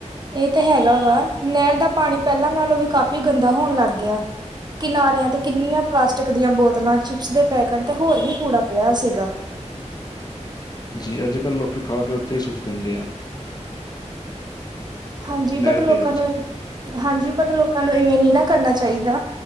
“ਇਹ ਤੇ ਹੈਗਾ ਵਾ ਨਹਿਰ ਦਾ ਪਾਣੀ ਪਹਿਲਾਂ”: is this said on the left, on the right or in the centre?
Right